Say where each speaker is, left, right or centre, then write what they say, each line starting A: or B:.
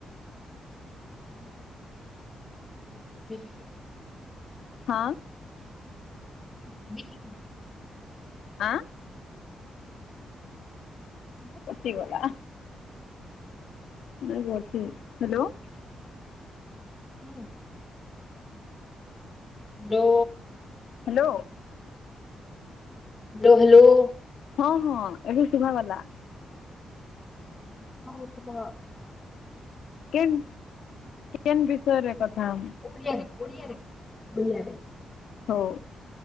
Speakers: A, on the left (about 20°); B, on the left (about 75°).
A: <unintelligible>
B: ହଁ।
A: ଭ କି
B: ଆଁ?
A: ହୁଁ
B: କଟିଗଲା। <unintelligible> ଅଛି ହ୍ୟାଲୋ।
A: ହ। ଲୋ
B: ହାଲୋ।
A: Hello hello.
B: ହଁ ହଁ ଏବେ ଶୁଭା ଗଲା।
A: <unintelligible>
B: କେନ୍ କେନ୍ ବିଷୟରେ କଥା‌
A: ଓଡ଼ିଆରେ ଓଡ଼ିଆରେ ଓଡ଼ିଆରେ।
B: ହଉ